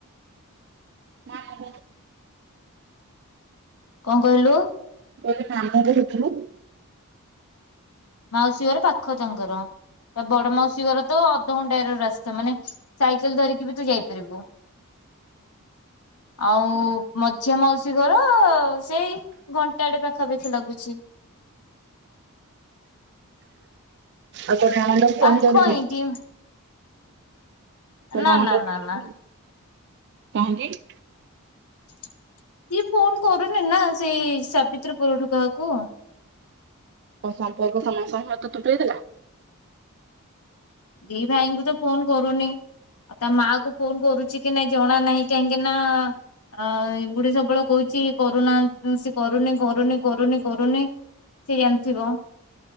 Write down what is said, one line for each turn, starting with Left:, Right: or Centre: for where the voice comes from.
Right: ମାମୁଁ
Left: କଣ କହିଲୁ?
Right: କହିଲି ନାମ ଧରିଥିଲୁ।
Left: ମାଉସୀ ଘର ପାଖ ତାଙ୍କର ବଡ ମାଉସୀ ଘର ତ ଅଧଘଣ୍ଟାଏର ରାସ୍ତା ମାନେ ସାଇକେଲ ଧରିକି ବି ତୁ ଯାଇପାରିବୁ। ଆଉ ମଝିଆ ମାଉସୀ ଘର ସେଇ ଘଣ୍ଟାଟେ ପାଖାପାଖି ଲାଗୁଛି।
Right: ଆଉ ତ ନଣନ୍ଦ ଫୋନ
Left: ପାଖ
Right: କରିଥିଲେ?
Left: ହିଁ ଦି
Right: ତୋ
Left: ନା
Right: ନଣନ୍ଦ
Left: ନା ନା ନା ନା
Right: <inaudible> କାହିଁକି?
Left: ସିଏ ଫୋନ୍ କରୁନି ନା ସେଇ ସାବିତ୍ରୀ ପରଠୁ କାହାକୁ।
Right: ଓ ସମ୍ପର୍କ ସମସ୍ତଙ୍କ ହାତରୁ ତୁଟେଇଦେଲା।
Left: ଦି ଭାଇଙ୍କୁ ତ ଫୋନ୍ କରୁନି। ଆ ତା ମାକୁ ଫୋନ୍ କରୁ ଚିକି ନାଇଁ ଜଣା ନାହିଁ କାହିଁକି ନା ଆ, ଏଗୁଡେ ସବୁବେଳେ କହୁଚି, କରୁନାହାନ୍ ଉଁ, ସେ କରୁନି କରୁନି କରୁନି କରୁନି ସିଏ ଜାଣିଥିବ।